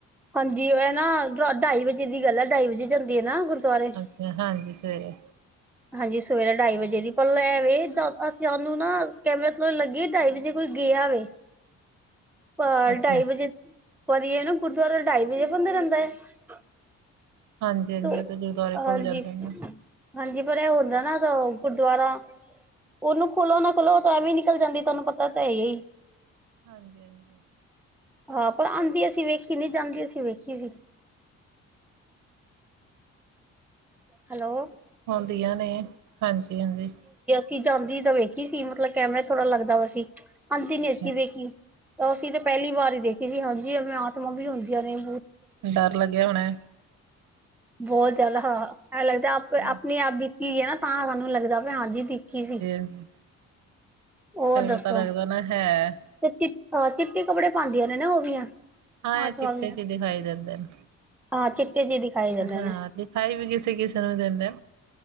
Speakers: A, in the centre; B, on the right.
A: ਹਾਂਜੀ, ਨਾ ਢਾਈ ਵਜੇ ਦੀ ਗੱਲ ਹੈ ਢਾਈ ਵਜੇ ਜਾਂਦੀ ਹੈ ਨਾ ਗੁਰ। ਗੁਰਦੁਆਰੇ
B: ਅੱਛਾ ਹਾਂਜੀ ਸਵੇਰੇ
A: ਹਾਂਜੀ ਸਵੇਰੇ ਢਾਈ ਵਜੇ। ਜੇ ਦੀ ਪਰ ਲੈਵੇ ਸਾਨੂੰ ਨਾ ਕੈਮਰੇ ਤੋਂ ਲੱਗੀ ਢਾਈ ਵਜੇ ਕੋਈ ਗਿਆ। <unintelligible> ਅਹ
B: ਅੱਛਾ
A: ਢਾਈ ਵਜੇ ਵਾਰੀ ਹੈ ਨਾ ਗੁਰਦੁਆਰਾ ਢਾਈ ਵਜੇ ਬੰਦ ਰਹਿੰਦਾ ਹੈ।
B: ਹਾਂਜੀ ਹਾਂਜੀ
A: ਤ
B: ਉਹ ਤੇ ਗੁਰਦੁਆਰੇ ਕੋਲ
A: ਹਾਂਜੀ
B: ਜਾਂਦੇ ਨਾ
A: ਹਾਂਜੀ। ਬੜ ਹੁੰਦਾ ਨਾ ਗੁਰਦੁਆਰਾ। ਉਹਨੂੰ ਖੁਲੋ ਨਾ ਖੁੱਲੋ ਉਹ ਤਾਂ ਐਵੇਂ ਨਿਕਲ ਜਾਂਦੀ ਤੁਹਾਨੂੰ ਪਤਾ ਤਾਂ ਹੈ ਹੀ।
B: ਹਾਂਜੀ ਹਾਂਜੀ।
A: ਹਾਂ ਪਰ ਆਉਂਦੀ ਅਸੀਂ ਵੇਖੀ ਨਹੀਂ ਜਾਂਦੀ ਅਸੀਂ ਵੇਖੀ ਸੀ। ਹੈਲੋ।
B: ਹੁੰਦੀਆਂ ਹਾਂਜੀ ਹਾਂਜੀ।
A: ਚੀਜ਼ ਆਉਂਦੀ ਤਾਂ ਵੇਖੀ ਸੀ ਮਤਲਬ ਕੈਮਰਾ ਥੋੜਾ ਲੱਗਦਾ ਵਾ ਸੀ ਆਂਦੀ ਨਹੀਂ
B: ਅੱਛਾ,
A: ਸੀ ਵੇਖੀ। ਅਸੀਂ ਤਾਂ ਪਹਿਲੀ ਵਾਰ ਹੀ ਦੇਖੀ ਸੀ ਹਾਂਜੀ ਐਵੇਂ ਆਤਮਾ ਵੀ ਹੁੰਦੀਆਂ ਨੇ ਬ।
B: ਡਰ ਲੱਗਿਆ ਹੋਣਾ।
A: ਬਹੁਤ ਜ਼ਿਆਦਾ ਹਾਂ ਐਂ ਲੱਗਦਾ ਆਪ
B: ਹਾਂਜੀ,
A: ਆਪਣੇ ਆਪ ਬੀਤੀ ਹੈ ਨਾ ਤਾਂ ਸਾਨੂੰ ਲੱਗਦਾ। ਮੈਂ ਅੱਜ ਹੀ ਦੇਖੀ ਸੀ।
B: ਹਾਂਜੀ
A: ਹੋਰ
B: ਫੇਰ
A: ਦੱਸੋ
B: ਪਤਾ ਲੱਗਦਾ ਨਾ ਹੈ।
A: ਤੇ ਚ ਚਿੱਟੇ ਕੱਪੜੇ ਪਾਉਂਦੀਆਂ ਨੇ ਨਾ ਉਹ ਵੀ। ਆਤਮਾ
B: ਹਾਂ ਚਿੱਟੇ
A: ਵੀ
B: ਚ ਦਿਖਾਈ ਦਿੰਦੇ ਨੇ।
A: ਹਾਂ ਚਿੱਟੇ ਜਿਹੇ ਦਿਖਾਈ ਦਿੰਦੇ
B: ਹਾਂ
A: ਨੇ
B: ਦਿਖਾਈ ਵੀ ਕਿਸੇ ਕਿਸੇ ਨੂੰ ਦਿੰਦੇ।